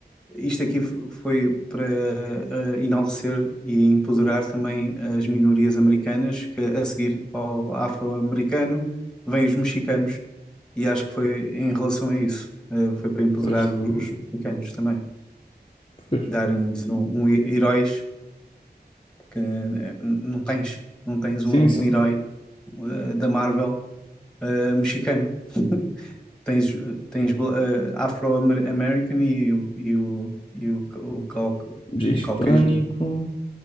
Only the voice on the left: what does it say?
Pois
também.
Pois.
Sim,
sim.
De
hispânico,